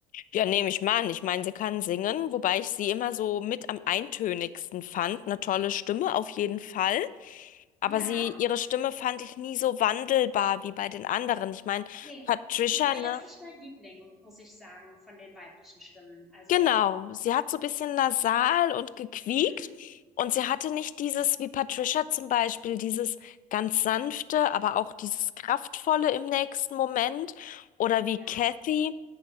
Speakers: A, on the left; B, in the centre.
A: Ja, nehme ich mal an. Ich meine, sie kann singen, wobei ich sie immer so mit am eintönigsten fand. Eine tolle Stimme auf jeden Fall. Aber
B: Ja,
A: sie, ihre Stimme fand ich nie so wandelbar wie bei den anderen. Ich meine,
B: ne,
A: Patricia,
B: sie war
A: ne?
B: jetzt nicht mein Liebling, muss ich sagen, von den weiblichen Stimmen. Also
A: Genau, sie hat so ein bisschen nasal und gequiekt.
B: mhm,
A: Und sie hatte nicht dieses, wie Patricia zum Beispiel, dieses ganz sanfte, aber auch dieses kraftvolle im nächsten Moment. Oder wie
B: ja,
A: Kathy.